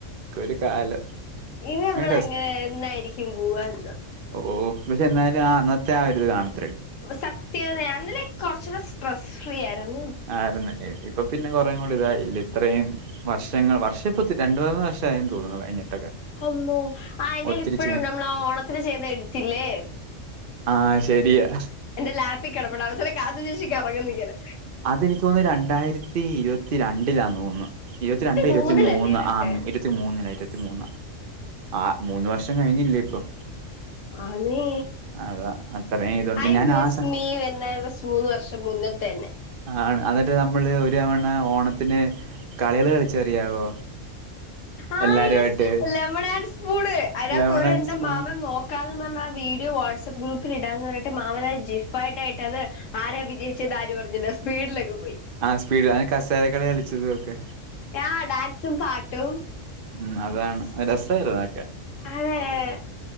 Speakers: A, on the right (about 45°); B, on the left (about 75°).
A: ഒരു കാലം
B: ഇനി നമ്മള്
A: അത്
B: അങ്ങനെ എന്നായിരിക്കും പോവാ എന്തോ
A: ഓഹ് പക്ഷേ എന്നായാലും ആ അന്നത്തെ ആ ഒരിത് കാണും
B: സത്യവാ അന്നലേ കൊറച്ചൂടെ സ്ട്രെസ്സ് ഫ്രീ ആയിരുന്ന്
A: ആരുന്ന് ഇപ്പം പിന്നെ കുറേയും കൂടി ഇതായില്ലേ ഇത്രയും വർഷങ്ങൾ വർഷം ഇപ്പം ത് രണ്ടു മൂന്ന് വർഷം ആയെന്ന് തോന്നുന്ന് കഴിഞ്ഞിട്ടൊക്കെ
B: അമ്മോ ആഹ് എന്റെ കയ്യില്
A: ഒത്തിരി
B: ഇപ്പഴും ഉണ്ട് നമ്മള് ആ ഓണത്തിന് ചെയ്ത എഡിറ്റില്ലേ
A: ആഹ് ശരിയാ
B: എന്റെ ലാപ്പിക്കിടപ്പുണ്ട് അവസാനം കാത്തു ചേച്ചി കറങ്ങുന്നിങ്ങനെ
A: അതെനിക്ക് തോന്ന് രണ്ടായിരത്തി ഇരുപത്തി രണ്ടിലാന്ന് തോന്ന് ഇരുപത്തി രണ്ട് ഇരുപത്തി
B: മൂന്നിലല്ലേ
A: മൂന്ന്
B: അതിനകത്തെ
A: ആന്ന് ഇരു പത്തിമൂന്നില ഇരുപത്തി മൂന്നാ ആഹ് മൂന്ന് വർഷം കഴിഞ്ഞില്ലേ ഇപ്പം
B: ആന്നേ
A: അതാ അത്രയും ഇതുണ്ട്
B: ഐ
A: ഞാൻ
B: മിസ്സ്
A: ആ സ
B: മി <unintelligible> മൂന്ന് വർഷം മുന്നേതന്നെ
A: ആണ് എന്നിട്ട് നമ്മള് ഒരുവണ ഓണത്തിന് കളികള് കളിച്ചറിയാവോ
B: ആഹ്
A: എല്ലാരുമായിട്ട്
B: യസ് ലെമൺ ആൻ സ്പൂണ് അതിനകത്ത്
A: ലെമൺ
B: ഒരെണ്ണം
A: ആൻഡ് സ്പൂൺ
B: മാമ നോക്ക ക്കാതേ പറഞ്ഞ് ആ വീഡിയോ വാട്സ്ആപ്പ് ഗ്രൂപ്പിൽ ഇടാ എന്ന് പറഞ്ഞിട്ട് മാമനായ ജിഫായിയിട്ടായിട്ടത് ആരെ വിജയിച്ചതാരു പറഞ്ഞില്ല സ്പീഡിലക്കെ പോയി
A: ആഹ് സ്പീഡ്ല് അഹ് കസാല കളി കളിച്ചത് ഒക്കെ
B: ആഹ് ഡാൻസും പാട്ടും
A: ഉം
B: <unintelligible>
A: അതാണ് രസായിരുന്നു അതൊക്കെ